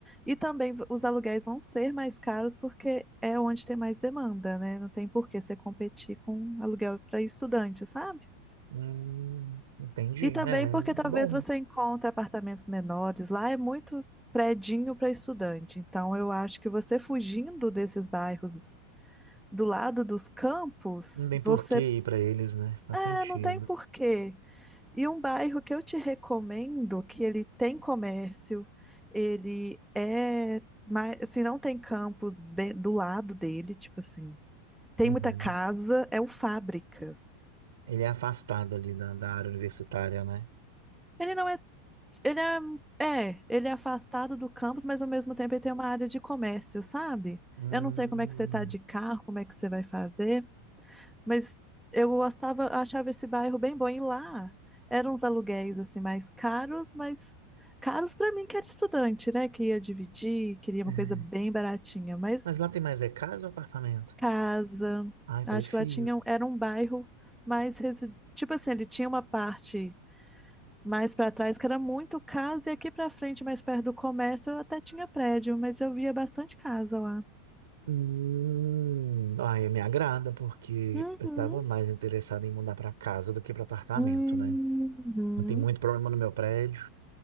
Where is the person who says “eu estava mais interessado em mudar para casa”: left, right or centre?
Right